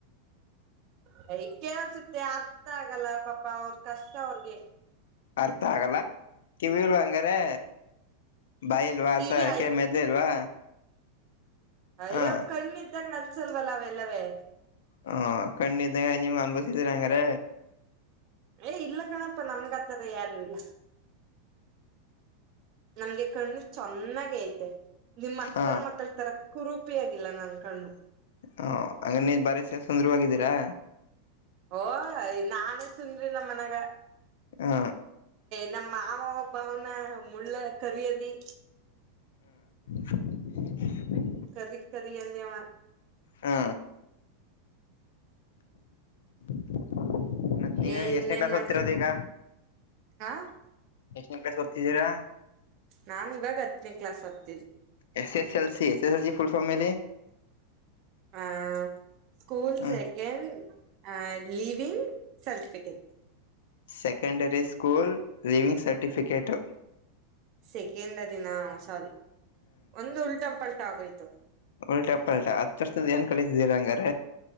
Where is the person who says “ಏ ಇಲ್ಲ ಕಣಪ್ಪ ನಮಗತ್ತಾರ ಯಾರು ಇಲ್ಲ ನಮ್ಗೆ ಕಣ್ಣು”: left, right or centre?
Right